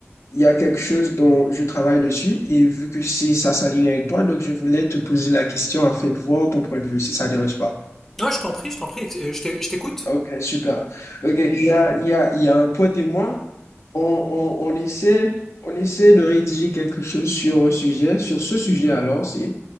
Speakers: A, on the left (about 70°); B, in the centre.
A: il y a quelque chose dont je travaille dessus et vu que si ça s'aligne avec toi, donc je voulais te poser la question afin de voir ton point de vue, si ça ne dérange pas.
B: Non, je t'en prie, je t'en prie, euh, je t'é- je t'écoute.
A: Ok, super. Ok, il y a, il y a, il y a un pote et moi, on, on, on essaie, on essaie de rédiger quelque chose sur un sujet, sur ce sujet alors, c'est